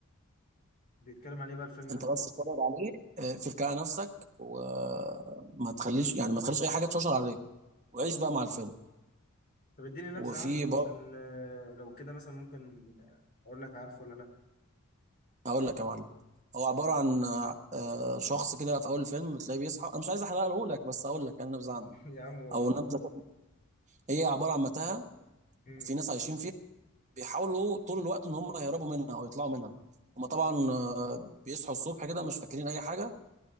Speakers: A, on the left (about 45°); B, on the right (about 35°).
A: بيتكلم عن إيه بقى الفيلم ده
B: انت بس اتفرج عليه آه، فك على نفسك وما تخليش يعني ما تخليش اي حاجه تشوشر عليك وعيش بقى مع الفيلم
A: طب اديني نبذة
B: وفي
A: عنه
B: برضه
A: عشان آه، لو كده مثلا ممكن اقول لك عارفه ولا لا
B: هقول لك يا معلم هو عباره عن آه، آه، شخص كده في اول الفيلم بتلاقيه بيصحى انا مش عايز احرقه لك بس هقول لك انا نبذه عنه
A: <laughs> يا عم قول
B: او
A: يا عم
B: نبذه كده. هي عباره عن متاهه
A: امم
B: وفي ناس عايشين فيها بيحاولوا طول الوقت ان هم يهربوا منها او يطلعوا منها هم طبعا آه، بيصحوا الصبح كده مش فاكرين اي حاجه